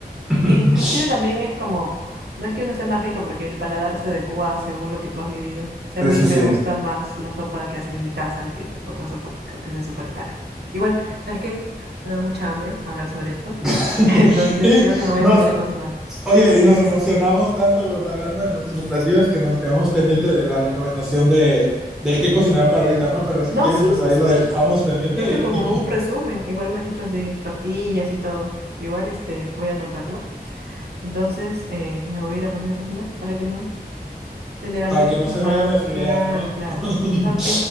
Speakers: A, in the centre; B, on the right.
A: <laughs>
B: e inclusive también es como, no es que uno sea más rico porque el paladar se adecua según lo que tú has vivido. O sea,
A: sí,
B: a mí
A: sí,
B: me
A: sí.
B: gusta más la sopa que hacen en mi casa que otra sopa que que sea súper cara. Igual, ¿sabes qué? Me da mucha hambre hablar sobre esto.
A: <laughs>
B: <laughs> Entonces
A: y
B: creo que me voy
A: nos,
B: a poner a cocinar.
A: oye,
B: Sí,
A: y
B: sí,
A: nos
B: sí,
A: emocionamos
B: sí.
A: tanto bueno, hablando de nuestros platillos que nos quedamos pendiente de la recomendación de, de qué cocinar para ahorita, ¿no? Pero si
B: No,
A: quieres,
B: sí,
A: pues
B: sí,
A: ahí
B: sí.
A: lo dejamos pendiente
B: Yo he hecho como
A: y, y
B: un resumen. Igual me has hecho así tortillas y todo. Igual este, voy a anotarlo. Entonces eh, me voy a ir a poner a cocinar para que no tener hambre
A: para que no
B: más.
A: se vayan las ideas,
B: Claro,
A: ¿no?
B: claro.
A: <laughs>
B: Ok,